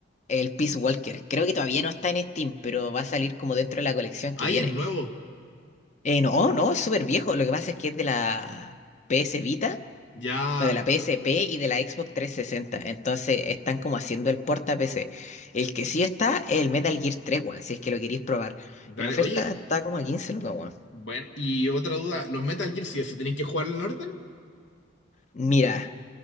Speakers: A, on the left (about 40°); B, on the left (about 80°).
A: El Peace Walker. Creo que todavía no está en Steam, pero va a salir como dentro de la colección
B: Ay,
A: que viene.
B: es nuevo.
A: Eh, no, no, es súper viejo. Lo que pasa es que es de la PS Vita,
B: Ya.
A: o de la PSP y de la Xbox trescientos sesenta. Entonces están como haciendo el porta PC. El que sí está es el Metal Gear 3, weón, si es que lo queréis probar.
B: Dale.
A: En oferta
B: Oye,
A: está como a quince. lucas, weón.
B: Bueno, y otra duda, ¿los Metal Gear sí o sí tenéis que jugar en orden?
A: Mira,